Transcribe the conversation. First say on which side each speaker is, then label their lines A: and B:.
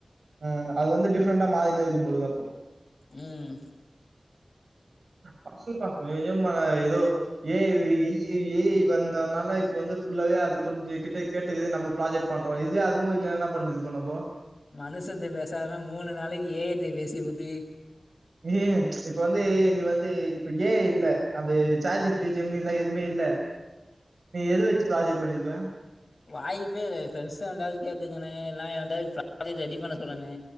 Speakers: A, on the right; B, on the left.
A: ஆ அது வந்து டிஃப்ரண்டா மாரிநேக்கும் பொது அப்போ
B: ம்
A: கண்டிப்பா கொஞ்ச கொஞ்ச ம எதோ A I E I A I வந்தனால இப்ப வந்து ஃபுல்லாவே அது கொஞ்ச கிட்ட கேட்டு நம்ம ப்ராஜெக்ட் பண்றோம் இதுவே அதுவும் இல்லனா என்ன பண்ணுது இப்ப நம்ப
B: மனுஷந்த பேசாம மூணு நாளைக்கு ஏ ஐ ட்ட பேசிபுட்டு
A: ம் இப்ப வந்து நீ வந்து இப்ப ஏ ஐ இல்ல அந்த ஜாட்ஜிபிடி ஜெமினில்லா எதுமே இல்ல நீ எத வச்சு ப்ராஜெக்ட் பண்ணிருப்ப
B: வாய்ப்பே கெடையாது ஃப்ரெண்ட்ஸ்ண்டாவது கேட்டுக்கனு இல்ல எவன்டாது ப்ராஜெக்ட் ரெடி பண்ண சொல்லனு